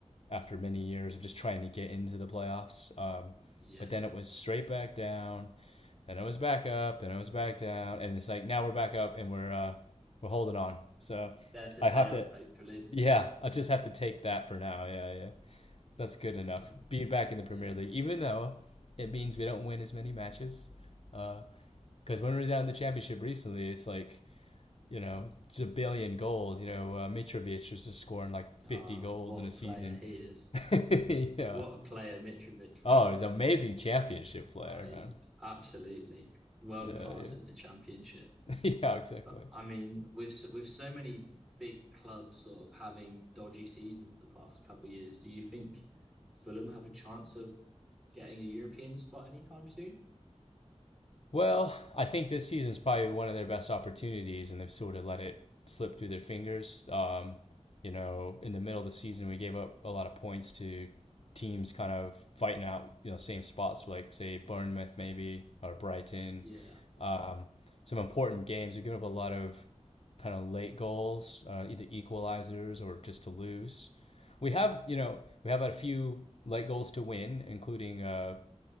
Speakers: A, on the left; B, in the centre.
A: after many years of just trying to get into the playoffs. Um,
B: Yeah.
A: but then it was straight back down, then it was back up, then it was back down, and it's like now we're back up and we're uh, we're holding on. So
B: Yeah. There to
A: I
B: stay
A: have
B: up,
A: to,
B: hopefully.
A: yeah, I just have to take that for now. Yeah, yeah, that's good enough.
B: No problem.
A: Being back in the Premier
B: Yeah.
A: League, even though it means we don't win as many matches, because uh, when we were down in the Championship recently, it's like you know,
B: Mm.
A: zillion goals. You know, uh, Mitrovic was just scoring like
B: Oh,
A: 50 goals
B: what
A: in a season.
B: a player he is.
A: <laughs> yeah.
B: What a player Mitrovic.
A: Oh, he's an amazing championship player,
B: I
A: man.
B: absolutely world
A: Yeah,
B: class in the championship.
A: yeah. <laughs> yeah, exactly.
B: But I mean, with so, with so many big clubs sort of having dodgy seasons the past couple of years, do you think Fulham have a chance of getting a European spot anytime soon?
A: Well, I think this season is probably one of their best opportunities, and they've sort of let it slip through their fingers. Um, you know, in the middle of the season, we gave up a lot of points to teams kind of fighting out, you know, same spots like say Bournemouth maybe or Brighton.
B: Yeah.
A: Um, some important games. We give up a lot of kind of late goals, uh, either equalizers or just to lose. We have, you know, we have a few late goals to win, including uh,